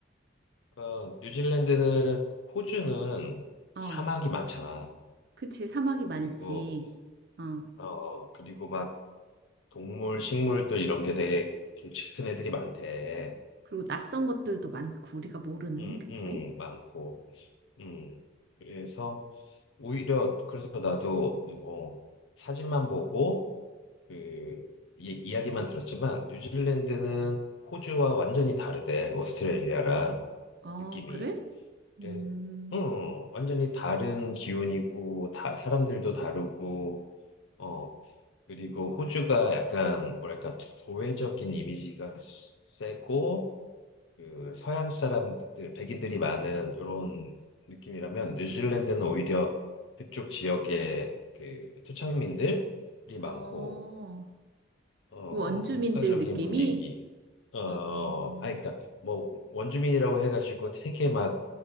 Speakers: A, on the left; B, on the right.
A: 그러니까 뉴질랜드는 호주는 사막이
B: 어,
A: 많잖아.
B: 그치. 사막이 많지.
A: 그리고
B: 어,
A: 어 그리고 막 동물, 식물들 이런 게 되게 덩치 큰 애들이 많대.
B: 그리고 낯선 것들도 많고, 우리가 모르는,
A: 응,
B: 그치?
A: 응, 많고. 응. 그래서 오히려 그래서 나도 뭐 사진만 보고 그 이, 이야기만 들었지만 뉴질랜드는 호주와 완전히 다르대. 오스트레일리아랑
B: 어,
A: 느낌이.
B: 그래? 음,
A: 그래. 응, 응. 완전히 다른 기온이고, 다, 사람들도 다르고, 어, 그리고 호주가 약간, 뭐랄까, 도회적인 이미지가 수- 세고, 그, 서양 사람들, 백인들이 많은 이런 느낌이라면, 뉴질랜드는 오히려 그쪽 지역에 그, 토착민들이
B: 어,
A: 많고, 어,
B: 그 원주민들
A: 문화적인
B: 느낌이?
A: 분위기, 어,
B: 어,
A: 아, 그니까, 뭐, 원주민이라고 해가지고 되게 막